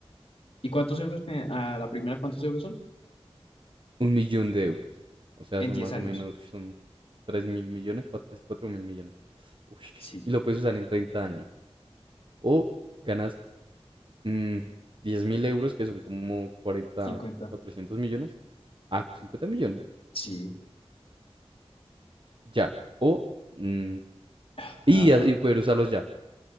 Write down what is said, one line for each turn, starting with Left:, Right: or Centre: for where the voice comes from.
Left: ¿Y cuántos euros me- a la primera cuántos euros son?
Right: Un millón de euros. O sea,
Left: En
Right: son
Left: diez
Right: más
Left: años.
Right: o menos, son tres mil millones, cuatro- casi 4 mil millones. Uy,
Left: Sí.
Right: y lo puedes usar en 30 años. O ganas mm, 10 mil euros, que son como 40
Left: cincuenta.
Right: 400 millones. Ah, 50 millones.
Left: Sí.
Right: Ya. O... mm,
Left: Ah,
Right: y, y poder usarlos ya.